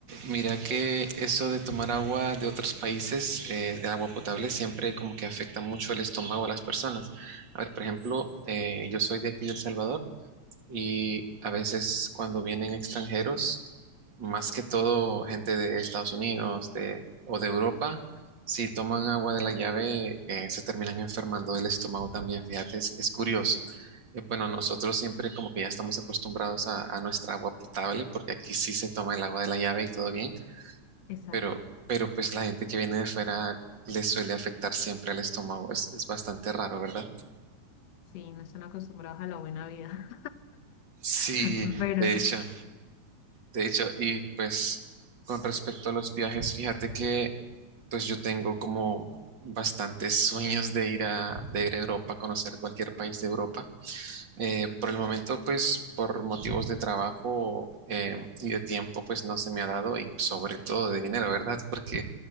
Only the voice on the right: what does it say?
Mira que eso de tomar agua de otros países, eh, de agua potable, siempre como que afecta mucho el estómago a las personas. A ver, por ejemplo, eh, yo soy de aquí de El Salvador y a veces cuando vienen extranjeros, más que todo gente de Estados Unidos de, o de Europa, si toman agua de la llave, eh, se terminan enfermando del estómago también. Fíjate, es, es curioso. Y bueno, nosotros siempre como que ya estamos acostumbrados a, a nuestra agua potable porque aquí sí se toma el agua de la llave y todo bien
pero, pero pues la gente que viene de fuera le suele afectar siempre al estómago. Es, es bastante raro, ¿verdad?
Sí,
de hecho, de hecho, y pues con respecto a los viajes, fíjate que pues yo tengo como bastantes sueños de ir a, de ir a Europa, conocer cualquier país de Europa. Eh, por el momento, pues por motivos de trabajo eh, y de tiempo, pues no se me ha dado y sobre todo de dinero, ¿verdad? Porque